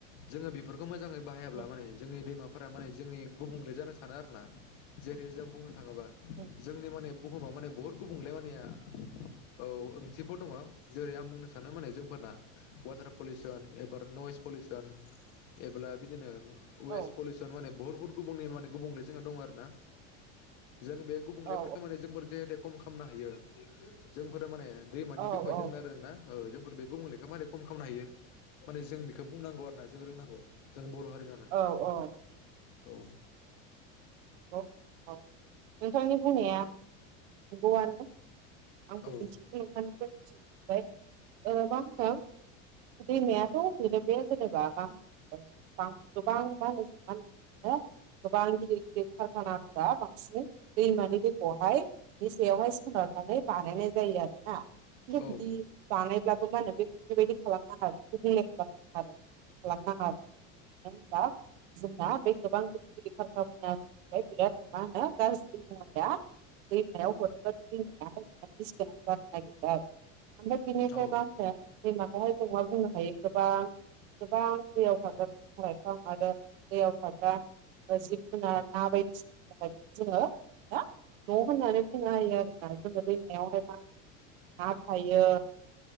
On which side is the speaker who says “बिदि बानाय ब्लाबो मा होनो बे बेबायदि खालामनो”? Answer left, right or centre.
Right